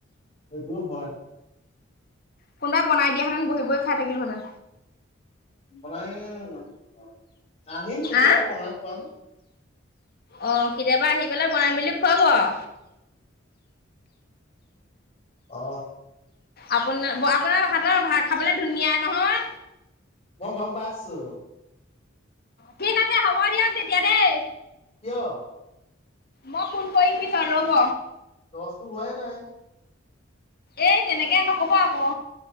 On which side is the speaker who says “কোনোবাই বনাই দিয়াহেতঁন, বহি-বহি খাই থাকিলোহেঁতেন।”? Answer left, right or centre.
Left